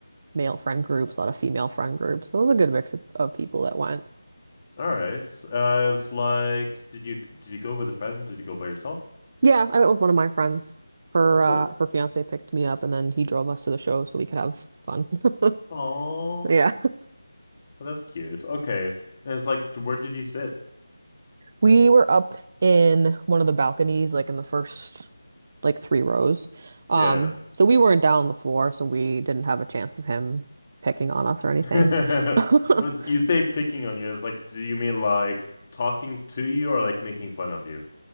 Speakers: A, on the right (about 35°); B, on the left (about 35°).
A: male friend groups, a lot of female friend groups. So it was a good mix of, of people that went.
B: All right. Uh, it's like, did you did you go with a friend? Did you go by yourself?
A: Yeah, I went with one of my friends. Her
B: Oh, cool.
A: uh her fiance picked me up and then he drove us to the show so we could have fun. <laughs>
B: Oh,
A: Yeah.
B: well, that's cute. Okay. And it's like, where did you sit?
A: We were up in one of the balconies, like in the first like three rows. Um,
B: Yeah.
A: so we weren't down on the floor, so we didn't have a chance of him picking on us or anything.
B: <laughs>
A: <laughs>
B: But you say picking on you is like, do you mean like talking to you or like making fun of you?